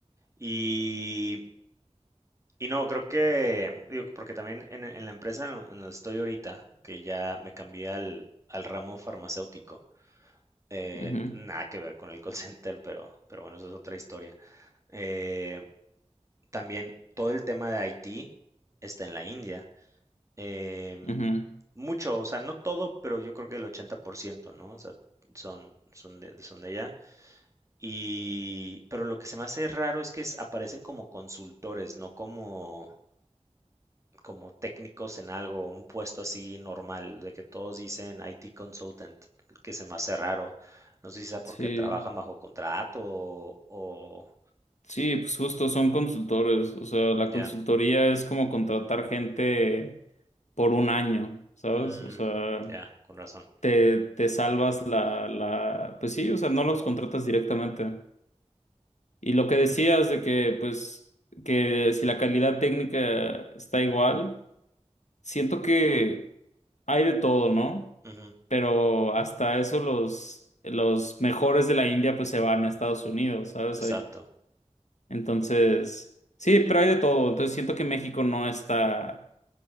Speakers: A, on the right; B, on the left.
A: Y, y no, creo que, digo, porque también en, en la empresa en lo- en donde estoy ahorita, que ya me cambié al, al ramo farmacéutico, eh,
B: Ujú,
A: nada que ver con el call center, pero, pero bueno, eso es otra historia. Eh, también todo el tema de IT está en la India. Em,
B: ujú.
A: mucho, o sea, no todo, pero yo creo que el 80%, ¿no? O sea, son, son de, son de allá. Y, pero lo que se me hace raro es que es- aparecen como consultores, no como, como técnicos en algo, un puesto así normal, de que todos dicen IT consultant, que se me hace raro. No sé si sea porque
B: Sí.
A: trabajan bajo contrato o, o-
B: Sí, pues justo son consultores, o sea, la
A: ya.
B: consultoría es como contratar gente por un año, ¿sabes?
A: Mm,
B: O sea,
A: ya, con razón.
B: te, te salvas la, la, pues sí, o sea, no los contratas directamente. Y lo que decías de que, pues, que si la calidad técnica está igual, siento que hay de todo, ¿no?
A: Ujú,
B: Pero hasta eso los, los mejores de la India, pues, se van a Estados Unidos, ¿sabes?
A: exacto.
B: Hay- Entonces, sí, pero hay de todo. Entonces siento que México no está